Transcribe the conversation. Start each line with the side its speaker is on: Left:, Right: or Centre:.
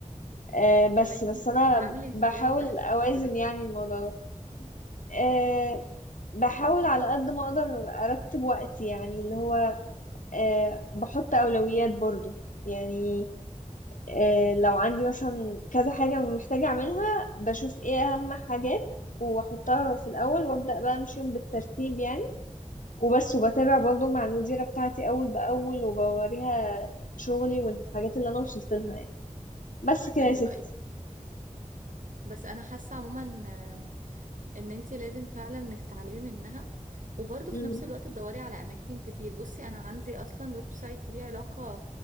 Left: آه، بس
Right: طب انت
Left: بس
Right: بتتعاملي
Left: انا بحاول
Right: ازاي تحت
Left: اوازن
Right: الضغط ده
Left: يعني الموضوع ده آه، بحاول على قد ما اقدر ارتب وقتي يعني اللي هو آه، بحط اولويات برضو يعني آه، لو عندي مثلا كذا حاجة محتاجة أعملها بشوف إيه أهم حاجات وأحطها في الأول وأبدأ بقى أمشيهم بالترتيب يعني وبس وبتابع برضو مع المديرة بتاعتي أول بأول وبوريها شغلي والحاجات اللي أنا وصلت لها يعني بس كده
Right: ايوه
Left: يا ستي
Right: ايوه بس انا حاسه عموما آم، ان انت لازم فعلا انك تتعلمي منها وبرضه
Left: مم.
Right: في نفس الوقت تدوري على اماكن كتير بصي انا عندي اصلا ويب سايت ليه علاقه